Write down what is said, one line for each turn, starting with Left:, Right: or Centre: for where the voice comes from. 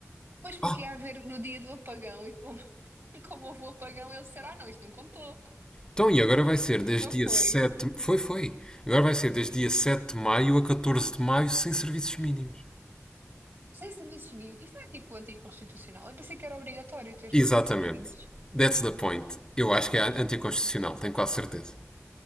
Right: Pois porque
Left: Ah,
Right: ia haver no dia do apagão e como, <laughs> como houve o apagão, ele disseram, ah, não, isto não contou,
Left: então e agora vai ser desde
Right: não foi.
Left: dia sete Foi, foi. Agora vai ser desde dia sete de maio a 14 de maio sem serviços mínimos.
Right: Sem serviços mínimos. Isso não é tipo anticonstitucional. Eu pensei que era obrigatório ter
Left: Exatamente.
Right: serviços mínimos.
Left: That's the point. Eu acho que é anticonstitucional, tenho quase certeza.